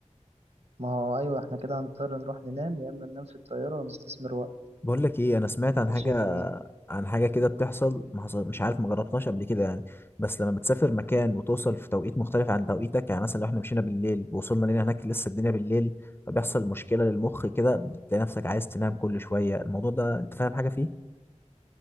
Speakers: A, on the right (about 55°); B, on the left (about 20°).
A: ما هو ايوه احنا كده هنضطر نروح ننام يا اما ننام في الطيارة ونستثمر وقت
B: بقول لك ايه انا سمعت عن
A: ده
B: حاجه
A: شايف ايه
B: عن حاجه كده بتحصل ما حصل مش عارف ما جربتهاش قبل كده يعني بس لما بتسافر مكان وتوصل في توقيت مختلف عن توقيتك يعني مثلا لو احنا مشينا بالليل ووصلنا لنا هناك لسه الدنيا بالليل فبيحصل مشكله للمخ كده بتلاقي نفسك عايز تنام كل شويه الموضوع ده انت فاهم حاجه فيه